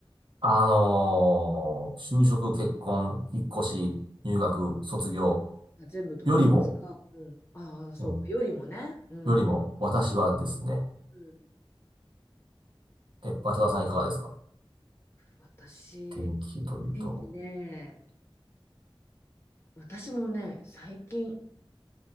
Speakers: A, on the right (about 55°); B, on the left (about 25°).
A: あのー就職、結婚、引っ越し、入学、卒業
B: まあ全部独立か、
A: よりも、
B: うん、ああそうかよりもね。
A: うん、
B: うん。
A: よりも、私はですね、
B: うん
A: え、渡田さんいかがですか
B: 私、
A: 天気というと。
B: 天気ね、私もね、最近